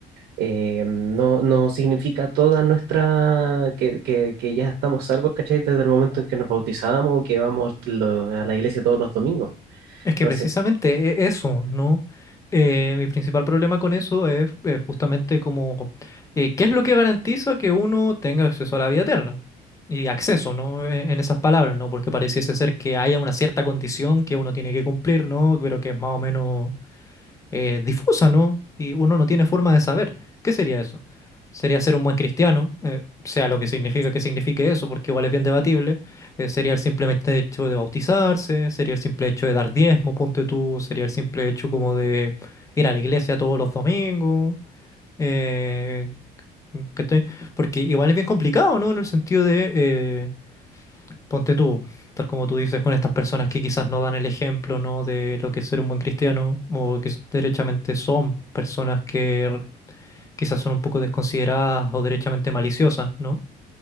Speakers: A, on the right (about 75°); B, on the left (about 20°).
A: Eh, no, no significa toda nuestra, que, que, que ya estamos salvos, ¿cachai? Desde el momento en que nos bautizamos o que vamos lo- a la iglesia todos los domingos.
B: Es
A: Entonces,
B: que precisamente e- eso, ¿no? Eh, mi principal problema con eso es, eh, justamente como, eh, ¿qué es lo que garantiza que uno tenga acceso a la vida eterna? Y acceso, ¿no? E- En esas palabras, ¿no? Porque pareciese ser que haya una cierta condición que uno tiene que cumplir, ¿no? Pero que es más o menos eh, difusa, ¿no? Y uno no tiene forma de saber. ¿Qué sería eso? Sería ser un buen cristiano, eh, sea lo que significa que signifique eso, porque igual es bien debatible. Eh, sería el simple hecho de bautizarse, sería el simple hecho de dar diezmo, ponte tú, sería el simple hecho como de ir a la iglesia todos los domingos. eh, ¿cachai? Porque igual es bien complicado, ¿no? En el sentido de... eh, Ponte tú, tal como tú dices, con estas personas que quizás no dan el ejemplo, ¿no? De lo que es ser un buen cristiano, o que s- derechamente son personas que r- quizás son un poco desconsideradas o derechamente maliciosas, ¿no?